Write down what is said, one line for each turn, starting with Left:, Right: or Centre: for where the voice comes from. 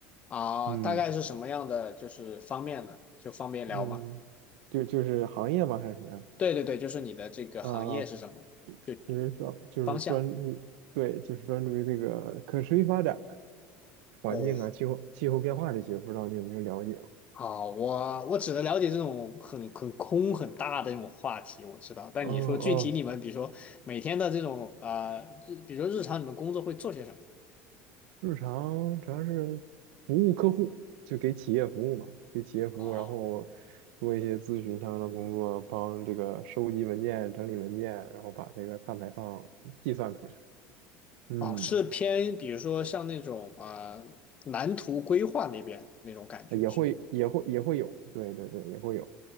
Left: 啊，
Right: 嗯
Left: 大概是什么样的就是方面呢？就方便聊吗？
Right: 嗯，就就是行业吗还是什么呀？
Left: 对对对，就是你的这个行业是什么？
Right: 啊，啊，
Left: 就
Right: 就是专就是专注于对，
Left: 方向。
Right: 就是专注于这个可持续发展、环境啊、
Left: 哦，
Right: 气候气候变化这些，不知道你有没有了解？
Left: 好，我我只能了解这种很很空很大的这种话题，我知道。但你说具体你们，
Right: 嗯嗯。
Left: 比如说每天的这种呃，日比如说日常你们工作会做些什么？
Right: 日常主要是服务客户，就给企业服务嘛，给企业服务，
Left: 啊，
Right: 然后做一些咨询相关的工作，帮这个收集文件、整理文件，然后把这个碳排放计算出来。嗯，
Left: 哦，是偏比如说像那种呃蓝图规划那边那种感觉是吗？
Right: 也会也会也会有，对对对，也会有，